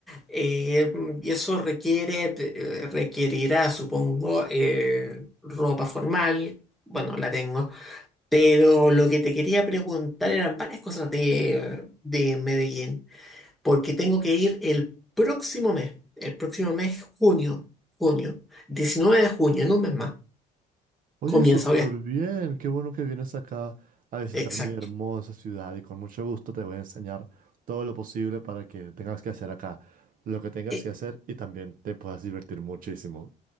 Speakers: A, in the centre; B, on the right (about 55°).
A: Eh, y eso requiere, eh, requerirá, supongo, eh, ropa formal. Bueno, la tengo. Pero lo que te quería preguntar eran varias cosas de, de Medellín, porque tengo que ir el próximo mes, el próximo mes, junio, junio, 19 de junio, en un mes más.
B: Oye,
A: Comienza,
B: súper
A: voy a-
B: bien. Qué bueno que vienes acá a visitar
A: Exacto.
B: mi hermosa ciudad y con mucho gusto te voy a enseñar todo lo posible para que tengas que hacer acá lo que tengas
A: Eh,
B: que hacer y también te puedas divertir muchísimo.